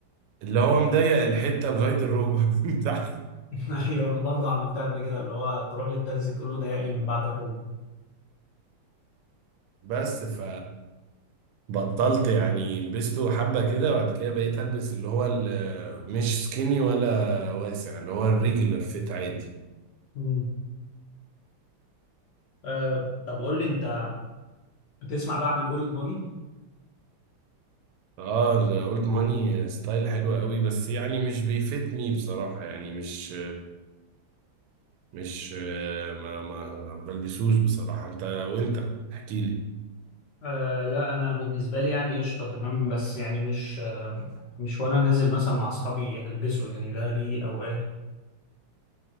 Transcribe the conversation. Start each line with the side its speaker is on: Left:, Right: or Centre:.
Right: اللي هو مضيق الحتة لغاية الركبة <laughs> من تحت
Left: <laughs> ايوه انا برضه عملتها قبل كده اللي هو تروح للترزي تقول له ضيق لي من بعد الركبة
Right: بس ف بطلت يعني لبسته حبة كده بعد كده بقيت البس اللي هو ال- مش سكيني ولا واسع اللي هو الريجولر فيت عادي
Left: مم. آه طب قول لي انت بتسمع بقى عن الاولد ماني
Right: اه الاولد ماني ستايل حلو قوي بس يعني مش بيفيتني بصراحة يعني مش مش آه، ما ما بلبسوش بصراحة انت وانت احكي لي
Left: آه لا انا بالنسبة لي يعني قشطة تمام بس يعني مش مش وانا نازل مثلا مع اصحابي هلبسه يعني ده ليه اوقات